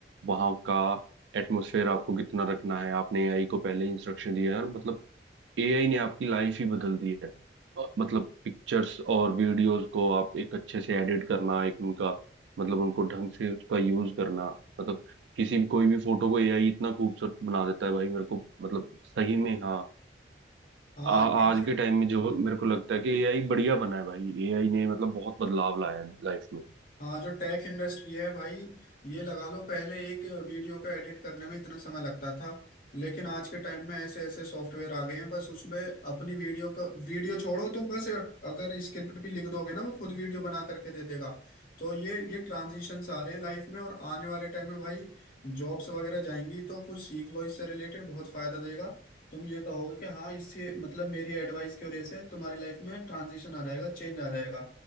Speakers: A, on the right; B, on the left.
A: वहां का एटमोसफेयर आपको कितना रखना है आपने एआई को पहले इंस्ट्रक्शन दिया है और मतलब एआई ने आपकी लाइफ ही बदल दी है अ, मतलब पिक्चर्स और वीडियोस को आप एक अच्छे से एडिट करना एक उनका मतलब उनको ढंग से उसका यूज करना मतलब किसी कोई भी फोटो को एआई इतना खूबसूरत बना देता है भाई मेरे को मतलब सही में हाँ
B: हाँ
A: आ,
B: ये ना
A: आज के टाइम में जो मेरे को लगता है कि एआई बढ़िया बना है भाई एआई ने मतलब बहुत बदलाव लाया है लाइफ में
B: हाँ जो टेक इंडस्ट्री है भाई ये लगा लो पहले एक वीडियो को एडिट करने में इतना समय लगता था लेकिन आज के टाइम में ऐसे ऐसे सॉफ्टवेयर आ गए हैं बस उसमें अपनी वीडियो का वीडियो छोड़ो तुम बस अगर स्क्रिप्ट भी लिख दोगे ना वो खुद वीडियो बना करके दे देगा तो ये ये ट्रांजिशंस आ रहे हैं लाइफ में और आने वाले टाइम में भाई जॉब्स वगैरह जाएंगी तो कुछ सीख लो इससे रिलेटेड बहुत फायदा देगा तुम ये कहोगे कि हाँ इससे मतलब मेरी एडवाइस की वजह से तुम्हारी लाइफ में ट्रांजिशन आ जाएगा चेंज आ जाएगा